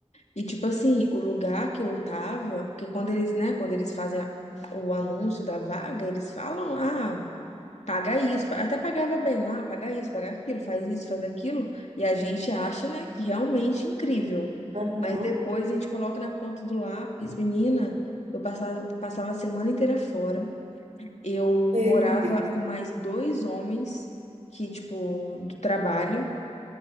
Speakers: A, on the left; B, on the right.
A: E tipo assim, o lugar que eu tava, porque quando eles, né, quando eles fazem a- o anúncio da vaga, eles falam, ah, paga isso, pa- até pagava bem, ah, paga isso, paga aquilo, faz isso, faz aquilo, e a gente acha, né, que realmente é incrível.
B: Aham.
A: Mas depois a gente coloca na ponta do lápis, menina, eu passava, passava a semana inteira fora. Eu
B: Meu
A: morava
B: Deus.
A: com mais dois homens que, tipo, do trabalho,